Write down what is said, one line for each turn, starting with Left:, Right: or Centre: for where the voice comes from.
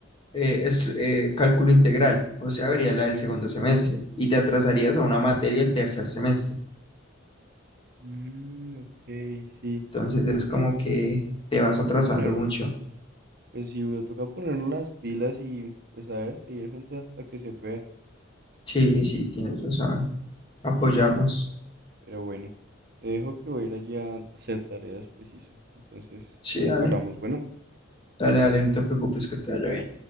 Left: eh, es- eh, cálculo integral, o sea, verías la del segundo semestre y te atrasarías a una materia el tercer semestre.
Right: Mm, ok, sí.
Left: Entonces es como
Right: Mm,
Left: que te vas atrasando
Right: toca ponerlos.
Left: mucho.
Right: Pues sí, bro, toca ponernos las pilas y pues a ver, seguir juntos hasta que se pueda.
Left: Sí, sí, tienes razón. Apoyarnos.
Right: Sí, bro, pero bueno, te dejo que voy a ir allá a hacer tareas preciso. Entonces,
Left: Sí,
Right: ahorita
Left: dale.
Right: hablamos. Bueno.
Left: Dale, dale, no te preocupes, que te vaya bien.